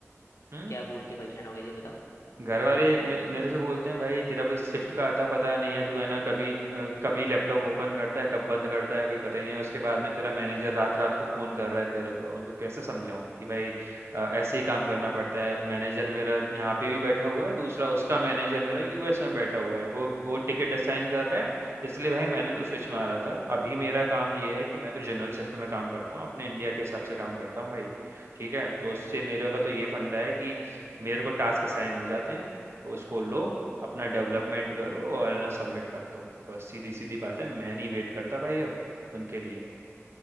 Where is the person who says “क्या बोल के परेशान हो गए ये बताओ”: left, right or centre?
Left